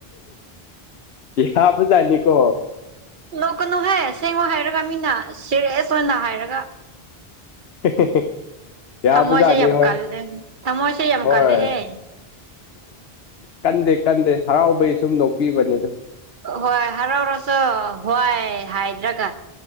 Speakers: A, on the left; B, on the right.
A: ꯏꯍꯕꯖꯥꯅꯤꯀꯣ
B: ꯂꯣꯛꯀꯅꯨꯍꯦ ꯁꯦꯡꯉꯣ ꯍꯥꯏꯔꯒ ꯃꯤꯅ ꯁꯦꯔꯤꯌꯁ ꯑꯣꯏꯅ ꯍꯥꯏꯔꯒ
A: <unintelligible> ꯌꯥꯕꯖꯥꯠꯅꯤ
B: ꯊꯃꯣꯁꯦ ꯌꯥꯝ
A: ꯍꯣꯏ
B: ꯀꯜꯂꯦ ꯊꯃꯣꯁꯦ ꯌꯥꯝ
A: ꯍꯣꯏ
B: ꯀꯜꯂꯦꯍꯦ
A: ꯀꯟꯗꯦ ꯀꯟꯗꯦ ꯍꯔꯥꯎꯕꯩ ꯁꯨꯝ ꯅꯣꯛꯄꯤꯕꯅꯤꯗ
B: ꯍꯣꯏ ꯍꯔꯥꯎꯔꯁꯨ ꯍꯣꯏ ꯍꯥꯏꯗ꯭ꯔꯒ